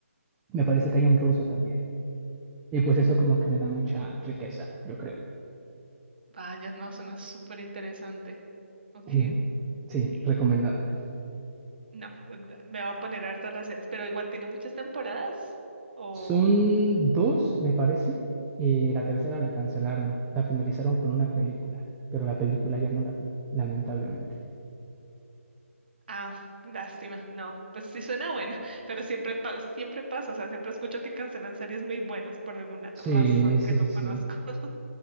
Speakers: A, in the centre; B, on the right.
A: me parece que hay un ruso también. Y pues
B: Mm.
A: eso como que le da mucha riqueza, yo creo.
B: Vaya, no, suena súper interesante. Ok.
A: Eh, sí, recomendada.
B: No, me va a poner harto a las series, pero igual tiene muchas temporadas. O.
A: Son dos, me parece, y la tercera la cancelaron, la finalizaron con una película, pero la película ya no la vi, lamentablemente.
B: Ah, lástima. No, pues sí suena bueno, <laughs> pero siempre, pa- siempre pasa. O sea, siempre escucho que cancelan series muy buenas por alguna
A: Sí,
B: razón
A: sí,
B: que no
A: sí, sí.
B: conozco. <laughs>